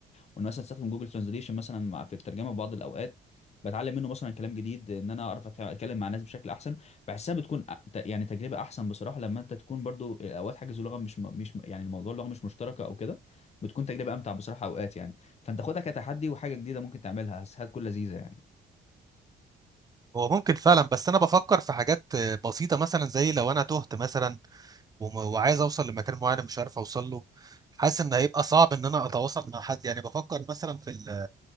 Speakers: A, on the left; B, on the right.
A: وان مثلا استخدم جوجل ترانزليشن مثلا مع- في الترجمه في بعض الاوقات بتعلم منه مثلا كلام جديد ان انا اعرف أت- اتكلم مع ناس بشكل احسن بحسها بتكون أ- ت- يعني تجربه احسن بصراحه لما انت تكون برضو آه، اوقات حاجز لغه مش م- مش م- يعني الموضوع اللغه مش مشتركه او كده بتكون تجربه امتع بصراحه اوقات يعني فانت خدها كتحدي وحاجه جديده ممكن تعملها هتكون لذيذه يعني
B: هو ممكن فعلا بس انا بفكر في حاجات آه، بسيطه مثلا زي لو انا تهت مثلا وم- وعايز اوصل لمكان معين مش عارف اوصل له حاسس ان هيبقى صعب ان انا اتواصل مع حد يعني بفكر مثلا في ال-